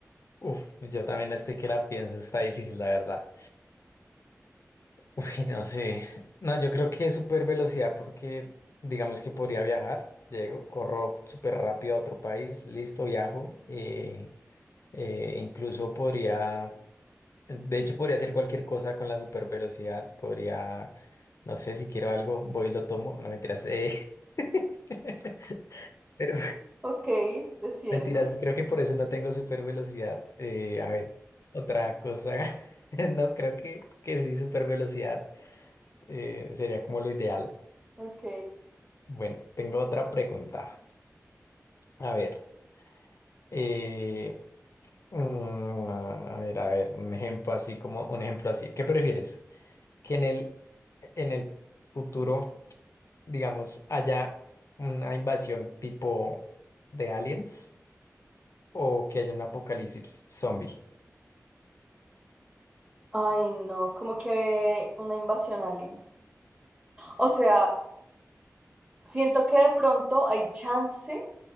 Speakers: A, on the left; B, on the right.
A: Uf, yo también estoy que la pienso, está difícil, la verdad. Uy, no sé. No, yo creo que es super velocidad porque digamos que podría viajar. Llego, corro súper rápido a otro país, listo, viajo. eh, eh, incluso podría, de hecho podría hacer cualquier cosa con la super velocidad. Podría, no sé, si quiero algo, voy y lo tomo. No, mentiras. eh, <laughs> pero
B: Ok, es cierto.
A: mentiras, creo que por eso no tengo super velocidad. Eh, a ver, otra cosa. <laughs> No, creo que, que sí, super velocidad eh, sería como lo ideal.
B: Ok.
A: Bueno, tengo otra pregunta. A ver, eh, mm, a ver, a ver, un ejemplo así como un ejemplo así. ¿Qué prefieres? Que en el, en el futuro, digamos, haya una invasión tipo de aliens o que haya un apocalipsis zombie.
B: Ay, no, como que una invasión alien. O sea, siento que de pronto hay chance